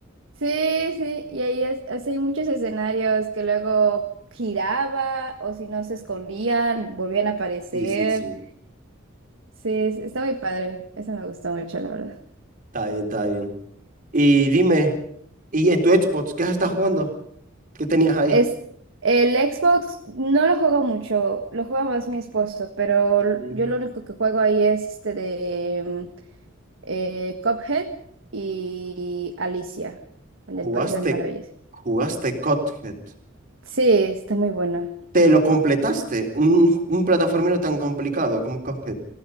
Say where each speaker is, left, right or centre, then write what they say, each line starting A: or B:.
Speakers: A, on the right; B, on the right.
A: Sí, sí, y ahí es, así hay muchos escenarios que luego giraba o si no se escondían, volvían a aparecer.
B: Sí, sí, sí.
A: Sí, sí, está muy padre. Eso me gustó mucho, la verdad.
B: Está bien, está bien. Y dime, ¿y en tu Xbox qué has estado jugando? ¿Qué tenías ahí?
A: Es, el Xbox no lo juego mucho, lo juega más mi esposo, pero
B: Mm.
A: l- yo lo único que juego ahí es este de mm, eh, Cuphead y Alicia, el del
B: Jugaste,
A: País de las Maravillas.
B: jugaste Cuphead.
A: Sí, está muy bueno.
B: ¿Te lo completaste? Un, un plataformero tan complicado como Cuphead.